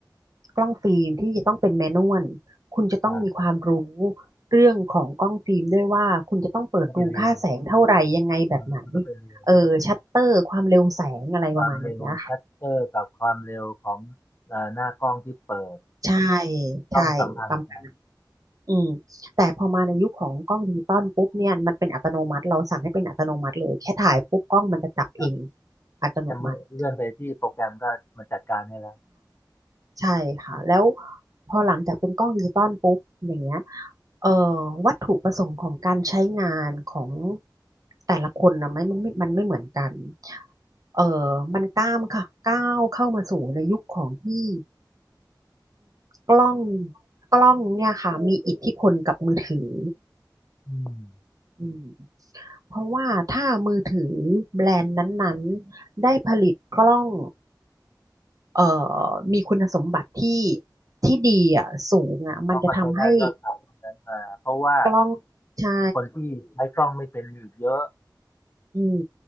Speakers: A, on the right; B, on the left.
A: กล้องฟิล์มที่จะต้องเป็นแมนนวล คุณจะต้องมีความรู้
B: ใช่
A: เรื่องของกล้องฟิล์มด้วยว่าคุณจะต้องเปิดรูค่าแสงเท่าไหร่ยังไงแบบไหน
B: มันก็ไปเรียนเออมันก็ไปเรียน
A: เออชัตเตอร์ความเร็วแสงอะไรประมาณนี้นะคะ
B: ความเร็วชัตเตอร์กับความเร็วของเอ่อหน้ากล้องที่เปิด
A: ใช่ใช่ประมาณ
B: ต้องสัมพันธ์กัน
A: อืมแต่พอมาในยุคของกล้องดิจิตอลปุ๊บเนี่ยมันเป็นอัตโนมัติเราสั่งให้เป็นอัตโนมัติเลยแค่ถ่ายปุ๊บกล้องมันจะจับเอง
B: ครับ
A: อัตโนมัติ
B: แค่เมื่อเลื่อนไปที่โปรแกรมก็มันจัดการให้แล้ว
A: ใช่ค่ะแล้วพอหลังจากเป็นกล้องดิจิตอลปุ๊บอย่างเงี้ยเอ่อวัตถุประสงค์ของการใช้งานของแต่ละคนนะไม่ไม่ไม่มันไม่เหมือนกันเอ่อมันก้ามค่ะก้าวเข้ามาสู่ในยุคของที่กล้องกล้องเนี่ยค่ะมีอิทธิพลกับมือถือ
B: อืม
A: อืมเพราะว่าถ้ามือถือแบรนด์นั้นๆได้ผลิตกล้องเอ่อมีคุณสมบัติที่ที่ดีอ่ะสูงอ่ะมันจะทำให้
B: เขาก็จะได้ยอดขายตรงนั้นมา เพราะว่า
A: กล้องใช่
B: คนที่ใช้กล้องไม่เป็นมีอีกเยอะ
A: อืม